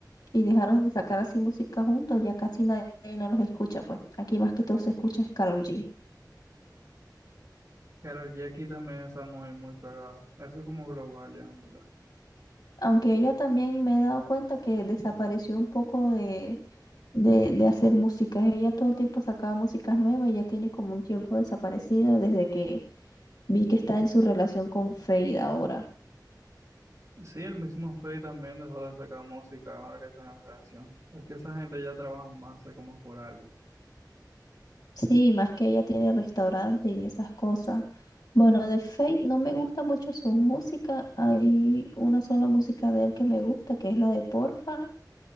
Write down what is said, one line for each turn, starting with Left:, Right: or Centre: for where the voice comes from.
Left: y dejaron de sacar así música juntos, ya casi nadie no los escucha, pues. Aquí más que todo se escucha es Karol G.
Right: Karol G aquí también está muy, muy pegada, eso es como global ya, en verdad.
Left: Aunque ella también me he dado cuenta que desapareció un poco de, de, de hacer músicas. Ella todo el tiempo sacaba músicas nuevas y ya tiene como un tiempo desaparecida desde que vi que está en su relación con Fade ahora.
Right: Sí, el mismo Faye también dejó de sacar música ahora que está en la relación, es que esa gente ya trabaja más eh, como por álbum.
Left: Sí, más que ella tiene restaurante y esas cosas. Bueno, de Fade no me gusta mucho su música. Hay una sola música de él que me gusta, que es la de Porfa,